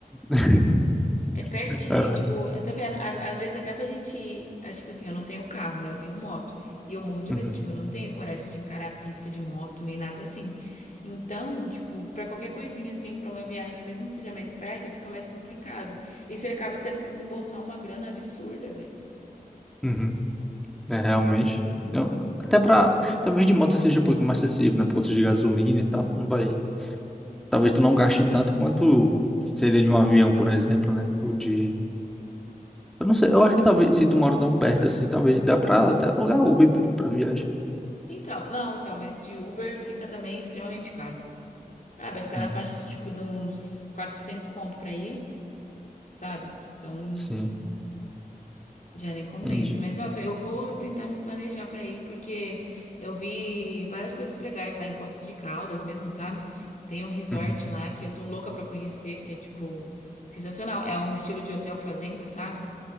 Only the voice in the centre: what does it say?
<laughs>
É.
Uhum,
uhum. É, realmente. Eu- até pra. Talvez de moto seja um pouquinho mais acessível, né? Por conta de gasolina e tal. Não vai. Talvez tu não gaste tanto quanto seria de um avião, por exemplo, né? Ou de. Eu não sei. Eu acho que talvez se tu mora tão perto assim, talvez dá pra até alugar Uber, pô, pra viagem.
Uhum.
Sim,
entendi.
Uhum,